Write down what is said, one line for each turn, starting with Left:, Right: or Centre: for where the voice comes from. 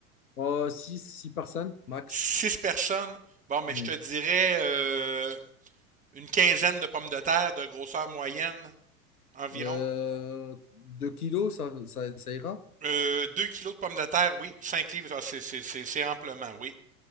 Left: Oh, six 6 personnes, max.
Right: Six personnes. Bon, mais
Left: Mm.
Right: je te dirais euh, une quinzaine de pommes de terre de grosseur moyenne environ.
Left: Euh, 2 kilos, ça, ça, ça ira?
Right: Euh, deux kilos de pommes de terre, oui. Cinq livres, ah, c'est, c'est- c'est- c'est amplement, oui.